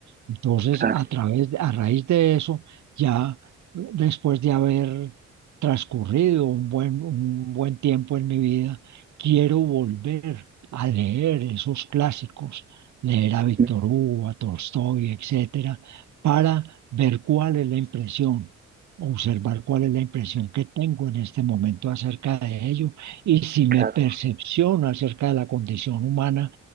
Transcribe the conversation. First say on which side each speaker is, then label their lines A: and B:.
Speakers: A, on the right (about 70°); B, on the right (about 30°).
A: Entonces,
B: claro,
A: a través, de- a raíz de eso, ya después de haber transcurrido un buen, un buen tiempo en mi vida, quiero volver a leer esos clásicos, leer a Víctor
B: mm,
A: Hugo, a Tolstoy, etcétera, para ver cuál es la impresión, observar cuál es la impresión que tengo en este momento acerca de ello y si mi
B: claro.
A: percepción acerca de la condición humana